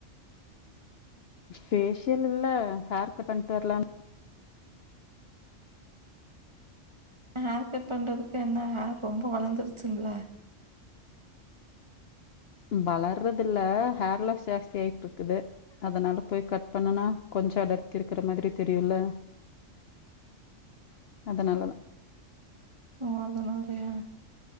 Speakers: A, on the left; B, on the right.
A: ஃபேஷியல் இல்ல ஹேர்கட் பண்ட்டு வரலான்னு
B: ஹேர்க்கட் பண்றதுக்கு என்ன ஹேர் ரொம்ப வளந்துருச்சுங்களா
A: வளர்றது இல்ல ஹேர் லாஸ் ஜாஸ்தி ஆயிட்டுருக்குது அதனால போய் கட் பண்ணுனா கொஞ்சோ அடர்த்தி இருக்குற மாதிரி தெரியுல்ல அதனாலதா
B: ஓ அதனாலயா